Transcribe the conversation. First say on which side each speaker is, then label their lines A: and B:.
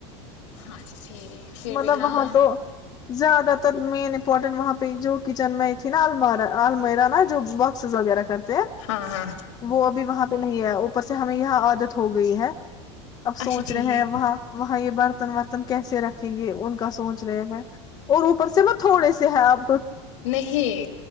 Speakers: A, on the left; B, on the left.
A: ہاں اچھا ٹھیک پھر
B: مطلب
A: بھی ہاں
B: وہاں تو زیادہ تر مین امپورٹنٹ وہاں پہ جو کچن میں تھی نا الماری میرا جو باکسز وغیرہ کر
A: ہاں ہاں
B: وہ ابھی وہاں پہ نہیں ہے اوپر سے ہمیں یہ عادت ہوگئی ہے اب سوچ
A: اچھا ٹھیک
B: رہے ہیں وہاں وہاں یہ برتن ورتن رکھیں گے ان کا سوچ رہے ہیں اور اوپر سے میں تھوڑے سے ہے آپ
A: نہیں